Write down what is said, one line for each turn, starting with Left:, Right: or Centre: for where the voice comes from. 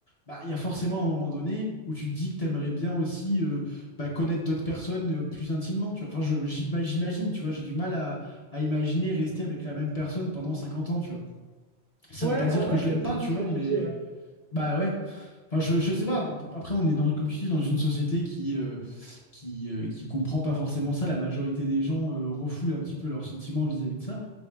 Left: bah il y a forcément un moment donné où tu te dis que t'aimerais bien aussi euh, bah, connaître d'autres personnes euh, plus intimement, tu vois. Enfin, je- j'im- j'imagine, tu vois, j'ai du mal à, à imaginer rester avec la même personne pendant 50 ans, tu vois. Ça
Right: Ouais,
Left: veut pas dire
Right: en vrai,
Left: que je
Right: je
Left: l'aime
Right: comprends
Left: pas, tu
Right: ce
Left: vois,
Right: que tu
Left: mais
Right: dis. ouais.
Left: bah ouais. Enfin, je, je sais pas. Après, on est dans, comme tu dis, dans une société qui, euh, qui, euh, qui comprend pas forcément ça. La majorité des gens euh, refoulent un petit peu leurs sentiments vis-à-vis de ça.